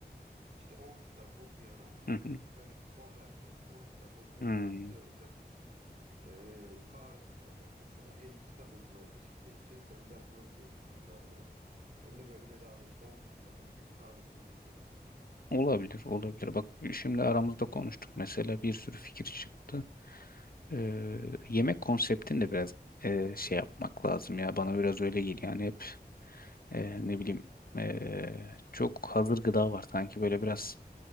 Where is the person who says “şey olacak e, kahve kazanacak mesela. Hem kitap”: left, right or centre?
Right